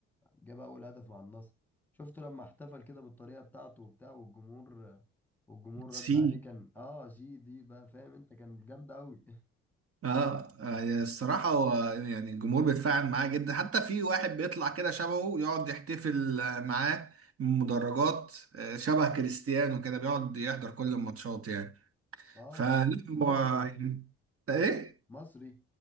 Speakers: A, in the centre; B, on the right (about 50°).
A: جاب اول هدف مع النصر شفته لما احتفل كده بالطريقة بتاعته وبتاع والجمهور والجمهور
B: سي
A: رد عليه كان اه سي دي بقى فاهم انت كانت جامدة قوي
B: اه آه، يعني الصراحة هو يعني الجمهور بيتفاعل معاه جدا حتى في واحد بيطلع كده شبهه يقعد يحتفل آه، معاه من المدرجات آه، شبه كريستيانو كده بيقعد يحضر كل الماتشات يعني
A: <laughs> اه
B: فلا
A: ده مصري
B: هو
A: ده
B: يعني- ايه
A: مصري